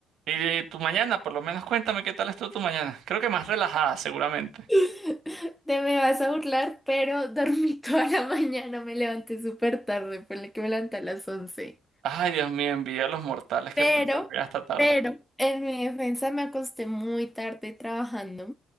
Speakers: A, on the right (about 60°); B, in the centre.
A: Y, y tu mañana, por lo menos cuéntame qué tal estuvo tu mañana. Creo que más relajada, seguramente.
B: <laughs> Te me vas a burlar, pero dormí <laughs> toda la mañana. Me levanté súper tarde. por Fue que me levanté a las 11.
A: Ay, Dios mío, envidia a los mortales que
B: Pero,
A: pueden dormir hasta tarde.
B: pero, en mi defensa me acosté muy tarde trabajando,